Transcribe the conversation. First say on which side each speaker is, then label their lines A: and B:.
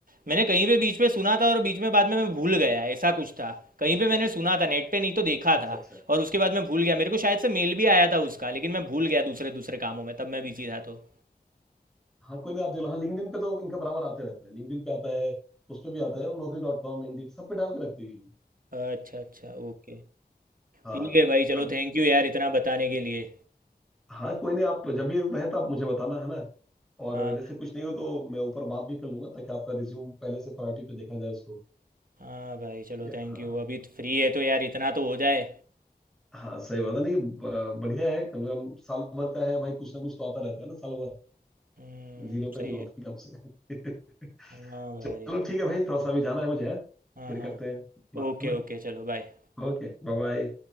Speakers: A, on the right; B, in the centre.
A: मैंने कहीं पे बीच में सुना था और बीच में बाद में मैं भूल गया ऐसा कुछ था कहीं पे मैंने सुना था नेट पे नहीं तो देखा
B: अच्छा
A: था
B: अच्छा
A: और उसके बाद मैं भूल गया मेरे को शायद से मेल भी आया था उसका लेकिन मैं भूल गया दूसरे दूसरे कामों में तब मैं बिजी था तो
B: हाँ कोई नहीं आप देख लो हाँ लिंक्डइन पे तो इनका बराबर आते रहता है लिंक्डइन पे आता है उस पे भी आता है नौकरी डॉट कॉम इंडीड सब पे डाल के रखते हैं ये लोग
A: अच्छा अच्छा ओके
B: हाँ
A: ठीक है भाई चलो
B: अब
A: थैंक यू यार इतना बताने के लिए
B: हाँ कोई नहीं आप जब भी रहे तो आप मुझे बताना है ना और
A: हाँ
B: जैसे कुछ नहीं हो तो मैं ऊपर बात भी कर लूंगा ताकि आपका रिज्यूम पहले से प्रायोरिटी पे देखा जाए उसको
A: हाँ भाई
B: ठीक
A: चलो
B: है
A: थैंक
B: हाँ
A: यू अभी तो फ्री है तो यार इतना तो हो जाए
B: हाँ सही बात है नहीं ब- बढ़िया है कम से कम साल भर का है भाई कुछ ना कुछ तो आता रहता है ना साल भर
A: हम्म,
B: जीरो तो
A: सही
B: नहीं होता
A: है
B: कम से कम <laughs>
A: हाँ भाई
B: चलो ठीक है भाई थोड़ा सा अभी जाना है मुझे है
A: हाँ
B: फिर
A: हाँ
B: करते हैं बात
A: ओके
B: है ना
A: ओके चलो बाय
B: Okay bye bye